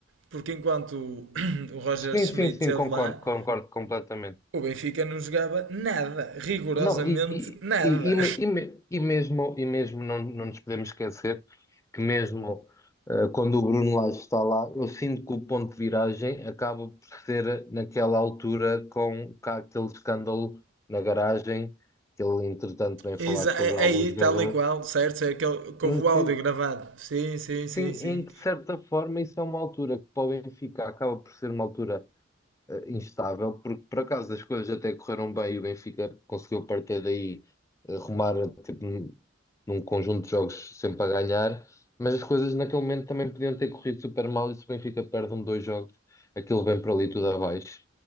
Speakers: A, on the right; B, on the left.
A: Porque enquanto o- <clears throat> Roger
B: Sim,
A: Schmidt
B: sim,
A: esteve
B: sim, concordo,
A: lá,
B: concordo completamente.
A: o Benfica não jogava nada, rigorosamente
B: Não, e, e,
A: nada.
B: e, e me- e me- e mesmo, e mesmo não, não nos podemos esquecer que mesmo eh, quando o Bruno Lage está lá, eu sinto que o ponto de viragem acaba por ser naquela altura com cá aquele escândalo na garagem, que ele entretanto tem
A: <laughs>
B: falado sobre alguns
A: Aí,
B: jogadores,
A: tal e qual, certo? É que houve
B: em
A: o
B: que,
A: áudio gravado. Sim, sim, sim,
B: sim,
A: sim.
B: em que de certa forma isso é uma altura que para o Benfica acaba por ser uma altura eh, instável, porque por acaso as coisas até correram bem e o Benfica conseguiu a partir daí eh, rumar tipo, num num conjunto de jogos sempre a ganhar, mas as coisas naquele momento também podiam ter corrido super mal e se o Benfica perde um, dois jogos, aquilo vem para ali tudo abaixo.